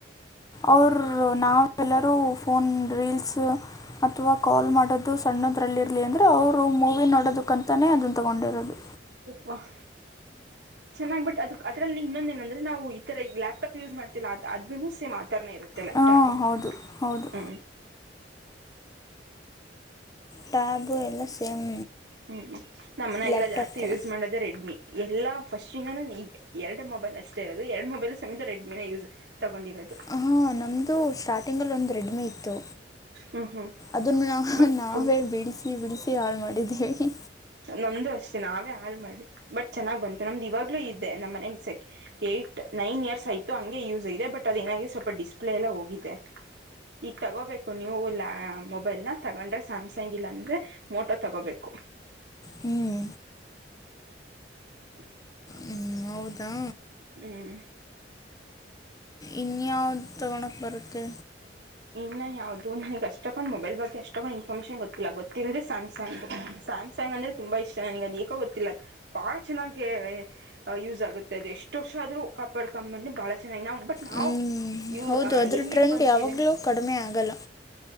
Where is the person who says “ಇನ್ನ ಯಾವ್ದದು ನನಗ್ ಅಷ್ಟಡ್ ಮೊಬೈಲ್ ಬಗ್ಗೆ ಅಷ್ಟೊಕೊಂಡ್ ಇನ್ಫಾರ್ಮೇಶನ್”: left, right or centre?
Right